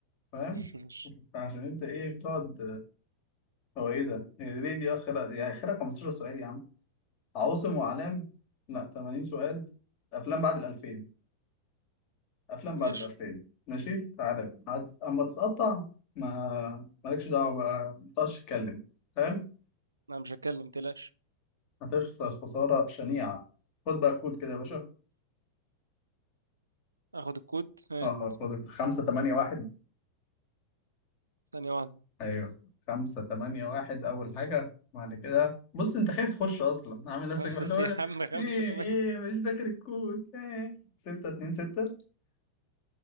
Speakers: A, on the left (about 40°); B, on the right (about 75°).
A: فاهم
B: <laughs> ماشي
A: عشان انت ايه بتقعد هو ايه ده هي ليه دي اخرها يعني اخرها 15 سؤال يا عم عواصم واعلام لا 80 سؤال افلام بعد ال 2000 افلام بعد
B: ماشي
A: ال 2000 ماشي تعالى بقى هت... اما تتقطع ما مالكش دعوه بقى ما تقعدش تتكلم فاهم
B: انا مش هتكلم تلاش
A: هتخسر خساره شنيعه خد بقى كود كده يا باشا
B: اخد الكود هات
A: اه خد 5 8 1
B: ثانيه واحده <laughs>
A: ايوه خمسة تمانية واحد أول حاجة بعد كده بص أنت خايف تخش أصلا عامل
B: خمسة
A: نفسك بقى اللي هو
B: يا
A: أنا،
B: عم خمسة
A: إيه
B: تمانية
A: إيه مش فاكر الكود إيه ستة اتنين ستة